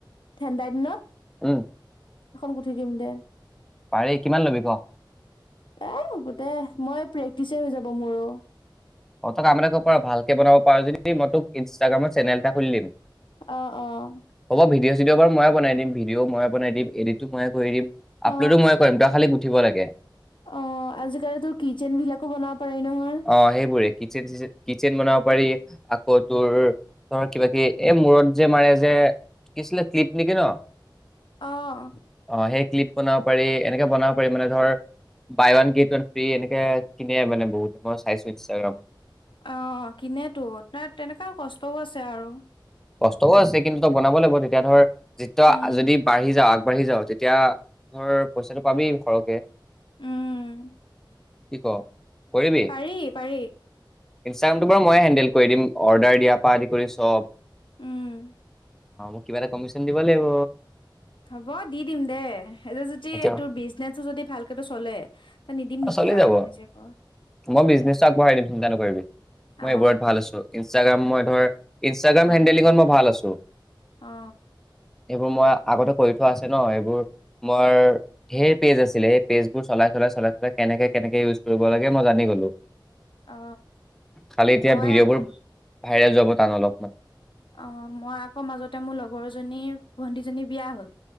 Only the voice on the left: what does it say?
ঠাণ্ডাৰ দিনত
এখন গুঠি দিম দে।
এ হব দে মই প্ৰেক্টিছে হৈ যাব মোৰো।
আহ-আহ,
অ
অ আজিকালিতো কিটচেন বিলাকো বনাব পাৰি নহয়
আহ।
অ কিনেতো, তাত তেনেকাও কষ্টও আছে আও।
উম
উম।
পাৰি পাৰি
উম।
হ'ব দি দিম দে, এইটো যদি
তোৰ বিজনেচটো যদি ভালকটো চলে। তই নিদিম
নেকি
আৰু
তই নিজে ক?
অ
অ
অ
অ,
মই
আকৌ
অ মই আকৌ মাজতে মোৰ লগৰ জনীৰ ভণ্টীজনী বিয়া হল।